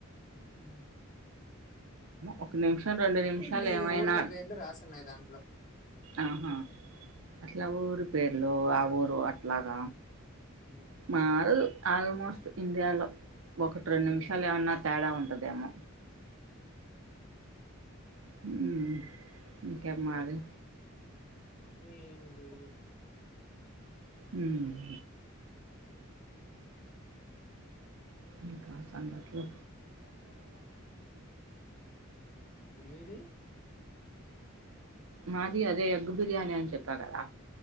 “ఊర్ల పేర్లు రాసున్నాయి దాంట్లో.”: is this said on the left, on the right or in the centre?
Left